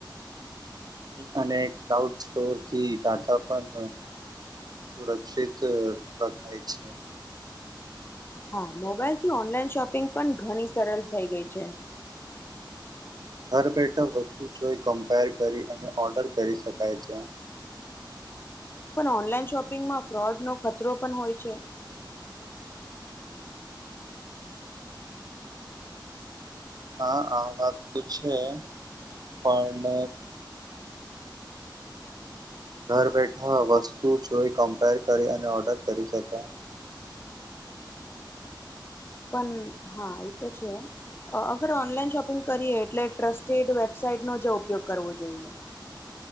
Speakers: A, on the right; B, on the left.
A: અને ક્લાઉડ સ્ટોરથી ટાટા પણ સુરક્ષિત રખાય છે
B: હા મોબાઈલ થી ઓનલાઈન શોપિંગ પણ ઘણી સરળ થઈ ગઈ છે.
A: ઘર બેઠા વસ્તુ જોઈ કમ્પેર કરી અને ઓર્ડર કરી શકાય છે.
B: પણ ઓનલાઈન શોપિંગમાં ફ્રોડનો ખતરો પણ હોય છે.
A: હા આ વાત તો છે પણ ઘર બેઠા વસ્તુ જોઈ કમ્પેર કરી અને ઓર્ડર કરી શક
B: પણ હા એ તો છે અગર ઓનલાઈન શોપિંગ કરીએ એટલે ટ્રસ્ટેડ વેબસાઇટનોો જે ઉપયોગ કરવો જોઈએ